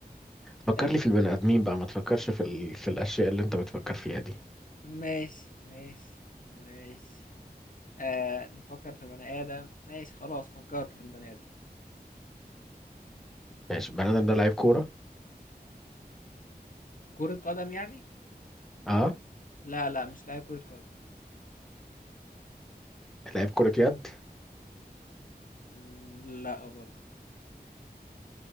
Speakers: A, in the centre; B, on the left.
A: فكر
B: آه
A: لي في البني آدمين بقى ما تفكرش في ال... في الأشياء اللي أنت بتفكر فيها دي
B: ماشي ماشي ماشي آه نفكر في بني آدم ماشي خلاص فكرت في البني آدم
A: ماشي البني آدم ده لعيب كورة
B: كرة قدم يعني؟
A: اه
B: لا لا مش لاعب كرة قدم
A: لعيب كرة يد
B: مم، لا برضو